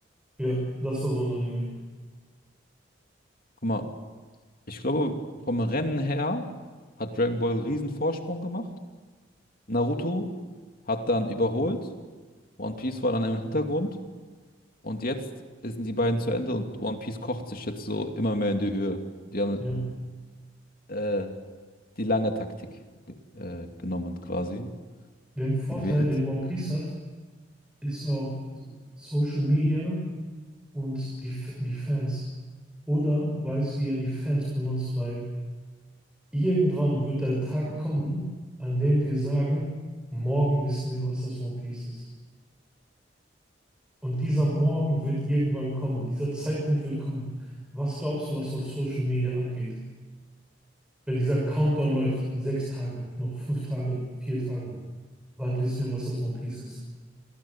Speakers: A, in the centre; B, on the left.
A: Ja, das war so ein Anime.
B: Guck mal, ich glaube, vom Rennen her hat Dragon Ball einen riesen Vorsprung gemacht. Naruto hat dann überholt, One Piece war dann im Hintergrund und jetzt sind die beiden zu Ende und One Piece kocht sich jetzt so immer mehr in die Höhe. Die haben
A: Ja.
B: äh, die lange Taktik äh, genommen quasi,
A: Den Vorteil,
B: gewählt.
A: den One Piece hat, ist auch Social Media und die, F- die Fans. Oda weiß, wie er die Fans benutzt, weil irgendwann wird der Tag kommen, an dem wir sagen, morgen wissen wir, was das One Piece ist. Und dieser Morgen wird irgendwann kommen, dieser Zeitpunkt wird kommen. Was glaubst du, was auf Social Media abgeht? Wenn dieser Countdown läuft, sechs Tage noch, fünf Tage noch, vier Tage noch, bald wissen wir, was das One Piece ist.